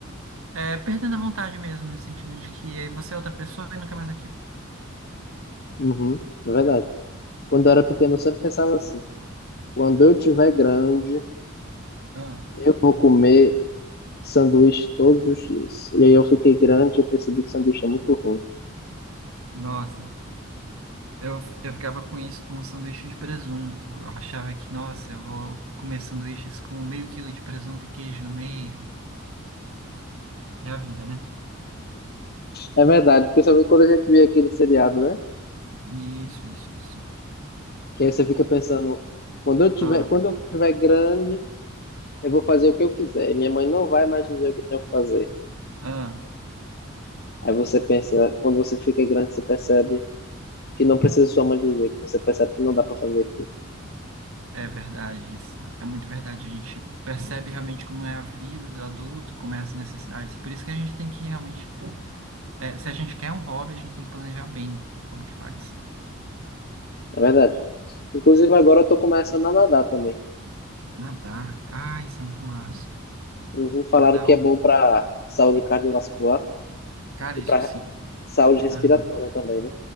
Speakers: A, on the right; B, on the left.
A: é, perdendo a vontade mesmo, no sentido de que você é outra pessoa e não quer mais aquilo.
B: Uhum, é verdade. Quando eu era pequeno, eu sempre pensava assim: quando eu tiver grande,
A: Ah,
B: eu vou comer sanduíche todos os dias. E aí eu fiquei grande e eu percebi que sanduíche é muito ruim.
A: nossa, eu, eu ficava com isso com um sanduíche de presunto. Eu achava que, nossa, eu vou comer sanduíches com meio quilo de presunto e queijo no meio. É a vida, né?
B: É verdade, principalmente quando a gente vê aquele seriado, né?
A: Isso, isso, isso.
B: Que aí você fica pensando: quando eu tiver,
A: Ah,
B: quando eu tiver grande, eu vou fazer o que eu quiser. E minha mãe não vai mais dizer o que eu tenho que fazer.
A: ah,
B: Aí você pensa, quando você fica grande, você percebe que não precisa sua mãe dizer, que você percebe que não dá pra fazer aquilo.
A: é verdade isso. É muito verdade. A gente percebe realmente como é a vida do adulto, como é as necessidades. Por isso que a gente tem que realmente, é, se a gente quer um hobby, a gente tem que planejar bem como que faz.
B: É verdade. Inclusive, agora eu tô começando a nadar também.
A: Nadar, ah, isso é muito massa.
B: Uhum, falaram
A: Nadar,
B: que
A: é um-
B: é bom pra saúde cardiovascular
A: cara,
B: e
A: isso
B: pra
A: sim.
B: saúde respiratória
A: Aham.
B: também, né?